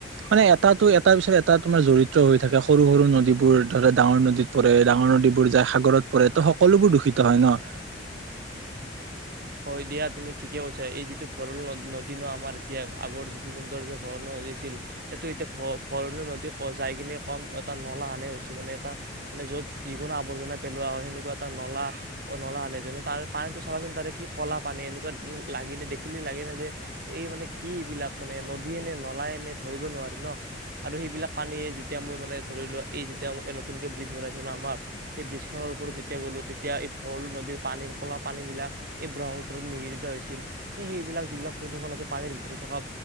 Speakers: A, on the right (about 75°); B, on the right (about 55°).
A: মানে এটাটো এটা পিছত এটা তোমাৰ জৰিত হৈ থাকে সৰু সৰু নদীবোৰ ধৰা ডাঙৰ নদীত পৰে, ডাঙৰ নদীবোৰ যায় সাগৰত পৰে ত' সকলোবোৰ দূষিত হয় ন।
B: হয় দিয়া তুমি ঠিকে কৈছা এই যিটো ভৰলু নদ - নদী ন আমাৰ এতিয়া আগৰ যিটো সুন্দৰ যে ভৰলু নদী আছিল সেইটো এতিয়া ভ - ভৰলু নদী যাই কিনে কম এটা নলা হানে হৈছি মানে এটা মানে য'ত যিকোনো আৱৰ্জনা পেলোৱা হয় সেনেকুৱা এটা নলা নলা হানে যেনে তাৰ পানীটো চাবাচোন তাৰে কি ক'লা পানী এনেকুৱা লাগিলে দেখিলে লাগে ন যে এই মানে কি এইবিলাক মানে নদীয়ে নে নলাই নে ধৰিব নোৱাৰি ন আৰু সেইবিলাক পানীয়ে যেতিয়া মই মানে ধৰিলো এই যেতিয়া নতুনকৈ ব্ৰীজ বনাইছো ন আমাৰ সেই ব্ৰীজ খনৰ ওপৰত যেতিয়া গ'লোঁ তেতিয়া এই ভৰলু নদীৰ পানী ক'লা পানীবিলাক এই ব্ৰহ্মপুত্ৰত মিহিলিত হৈছিল সেই - সেইবিলাক যিবিলাক প্ৰদূষণ আছে পানীৰ ভিতৰত থকা